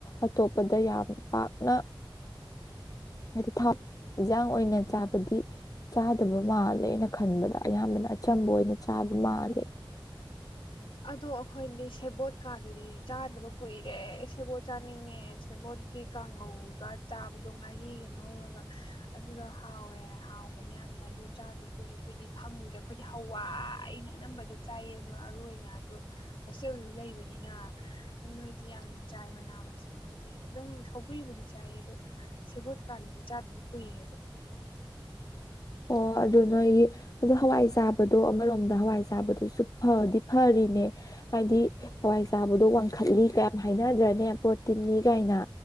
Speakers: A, on the left; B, on the left.
A: ꯑꯇꯣꯞꯄꯗ ꯌꯥꯝ ꯄꯥꯛꯅ ꯍꯥꯏꯗꯤ ꯊꯥꯎ ꯏꯟꯁꯥꯡ ꯑꯣꯏꯅ ꯆꯥꯕꯗꯤ ꯆꯥꯗꯕ ꯃꯥꯜꯂꯦ ꯑꯩꯅ ꯈꯟꯕꯗ꯫ ꯑꯌꯥꯝꯕꯅ ꯑꯆꯝꯕ ꯑꯣꯏꯅ ꯆꯥꯕ ꯃꯥꯜꯂꯦ꯫
B: ꯑꯗꯣ ꯑꯩꯈꯣꯏꯗꯤ ꯁꯦꯕꯣꯠꯀꯥꯗꯨꯗꯤ ꯆꯥꯗꯕ ꯀꯨꯏꯔꯦ ꯁꯦꯕꯣꯠ ꯆꯥꯅꯤꯡꯉꯦ ꯁꯦꯕꯣꯠ ꯀꯤ ꯀꯥꯡꯉꯧꯒ ꯆꯥꯕꯗꯣ ꯉꯥꯔꯤꯒ ꯉꯧꯔꯒ ꯑꯗꯨꯗꯣ ꯍꯥꯎꯋꯦ ꯍꯥꯎꯕꯅꯦ ꯌꯥꯝꯅ ꯑꯗꯨ ꯆꯥꯗꯣ ꯀꯨꯏꯔꯦ ꯑꯩꯈꯣꯏꯗꯤ ꯐꯪꯗ꯭ꯔꯦ ꯑꯩꯈꯣꯏꯗꯤ ꯍꯋꯥꯏꯅ ꯑꯅꯝꯕꯗ ꯆꯥꯏꯌꯦ ꯑꯃ ꯑꯔꯨ ꯑꯣꯏꯅ ꯑꯗꯣ ꯍꯣꯁꯇꯦꯜꯁꯨ ꯂꯩꯕꯅꯤꯅ ꯅꯣꯏꯗꯤ ꯌꯥꯝꯅ ꯆꯥꯏ ꯃꯅꯥ ꯃꯁꯤꯡ ꯁꯦ ꯑꯩꯈꯣꯏꯗꯤ ꯑꯗꯨꯝ ꯁꯧꯒ꯭ꯔꯤꯕꯨꯗꯤ ꯆꯥꯏꯌꯦ ꯑꯗꯣ ꯁꯦꯕꯣꯠꯀꯥꯗꯨꯗꯤ ꯆꯥꯗꯕ ꯀꯨꯏꯌꯦꯕ
A: ꯑꯣ ꯑꯗꯨ ꯅꯣꯏ ꯑꯗꯣ ꯍꯋꯥꯏ ꯆꯥꯕꯗꯣ ꯑꯃꯔꯣꯝꯗ ꯍꯋꯥꯏ ꯆꯥꯕꯗꯨꯁꯨ ꯐꯗꯤ ꯐꯔꯤꯅꯦ ꯍꯥꯏꯗꯤ ꯍꯋꯥꯏ ꯆꯥꯕꯗꯣ ꯋꯥꯡꯈꯠꯂꯤ ꯀꯌꯥꯝ ꯍꯥꯏꯅꯗ꯭ꯔꯅꯦ ꯄ꯭ꯔꯣꯇꯤꯟꯅꯤ ꯀꯥꯏꯅ